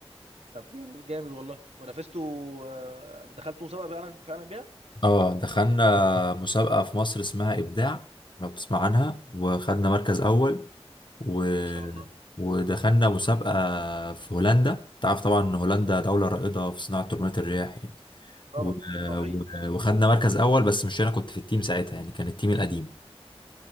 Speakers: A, on the right (about 80°); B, on the left (about 50°).
A: طب جامد جامد والله ونافسته آه، دخلت مسابقه فعلا فعلا بيها
B: اه دخلنا مسابقة في مصر اسمها إبداع لو تسمع عنها
A: مم.
B: وخدنا مركز أول و...
A: ما شاء الله
B: ودخلنا مسابقة في هولندا تعرف طبعا إن هولندا دولة رائدة في صناعة توربينات الرياح يعني
A: طبعا
B: و-
A: طحين
B: و- وخدنا مركز اول بس مش انا كنت في التيم ساعتها يعني كان التيم القديم